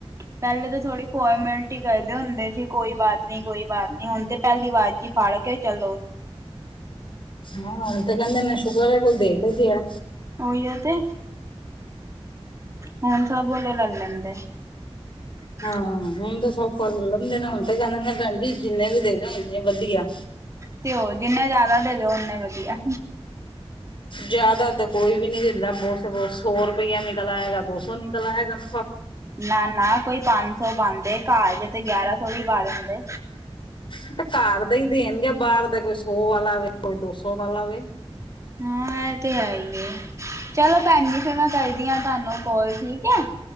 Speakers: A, on the right (about 30°); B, on the left (about 50°).
A: ਪੈਲੇ ਤੇ ਥੋੜੀ ਫੋਰਮੈਲਟੀ ਕਰਦੇ ਹੁੰਦੇ ਸੀ ਕੋਈ ਬਾਤ ਨੀ-ਕੋਈ ਬਾਤ ਨਈ ਹੁਣ ਤੇ ਪੈਲੀ ਵਾਜ ਚ ਈ ਫੜ ਕੇ ਚੱਲੋ।
B: ਹਾਂ ਹੁਣ ਤਾਂ ਕੈਂਦੇ ਆ ਸ਼ੁਕਰ ਏ ਕੋਈ ਦੇ ਕੇ ਗਯਾ।
A: ਓਈ ਓ ਤੇ, ਹੁਨ ਸਬ ਬੋਲੋ ਲਲ ਲੈਂਦੇ ਆ ਹਾਂ <inaudible>
B: ਹਾਂ ਹੁਣ ਤੇ ਸੌਖਾ ਲੈ ਲੈਂਦੇ ਨੇ ਹੁਣ ਤੇ ਕੈਂਨੇ ਨੇ ਪੈਣ ਜੀ ਜਿੰਨੇ ਵੀ ਦੇ ਦੇਣ ਓਨੇ ਵਧੀਆ।
A: ਤੇ ਓ ਜਿੰਨੇ ਜਾਦਾ ਦੇ ਦਿਓ ਓਨੇ ਵਧੀਆ।
B: ਜਾਦਾ ਤੋ ਕੋਈ ਵੀ ਨੀ ਦਿੰਦਾ ਬੋਤ ਸ ਬਤ ਸੌ ਰੁਪਇਆ ਨਿਕਲ ਆਏਗਾ ਦੋ ਸੌ ਨਿਕਲ ਆਏਗਾ ਮਾ
A: ਨਾ-ਨਾ ਕੋਈ ਪੰਜ ਸੌ ਪਾਂਦੇ ਕਾੱਰ ਜ ਤੇ ਗਿਆਰਾਂ ਸੌ ਵੀ ਪਾ ਦਿੰਦੇ।
B: ਓ ਤੇ ਕਾੱਰ ਦੇ ਈ ਦੇਣਗੇ ਬਾਰ ਦੇ ਕੋਈ ਸੌ ਵਾਲਾ ਵੇ ਕੋਈ ਦੋ ਸੌ ਵਾਲਾ ਵੇ।
A: ਹਾਂ ਐ ਤੇ ਹੈ ਈ ਚਲੋ ਪੈਣ ਜੀ ਫੇਰ ਮੈਂ ਕਰਦੀ ਆ ਤੁਆਨੂੰ ਕਾਲ ਠੀਕ ਐ।